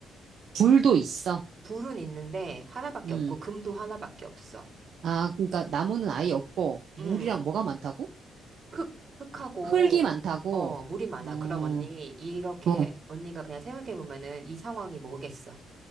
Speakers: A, on the right (about 65°); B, on the right (about 40°).
A: 불도 있어.
B: 불은 있는데 하나밖에
A: 음,
B: 없고 금도 하나밖에 없어.
A: 아, 그러니까 나무는 아예 없고, 물이랑
B: 음
A: 뭐가 많다고?
B: 흙, 흙하고
A: 흙이 많다고,
B: 어 물이 많아.
A: 어,
B: 그럼 언니 이렇게
A: 어,
B: 언니가 그냥 생각해 보면은 이 상황이 뭐겠어?